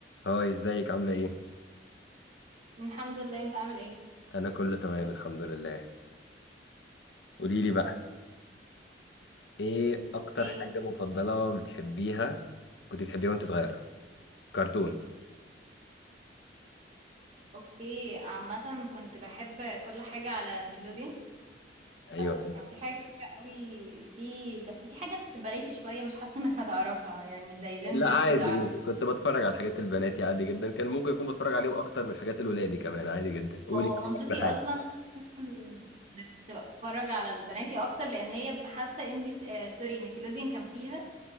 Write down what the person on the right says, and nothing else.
الحمد لله انت عامل ايه
ايه
اوكي عامة كنت بحب كل حاجة على نيكلوديون
آه كان في حاجة كتيرة قوي في بس في حاجة بناتي شوية مش حاسة <laughs> انك هتعرفها يعني زي جينجر
كده عارفة
هو منطقي
اصلا انك تبقى بتتفرج على البناتي اكتر لان هي حاسة ام بي آه سوري نيكلوديون كان فيها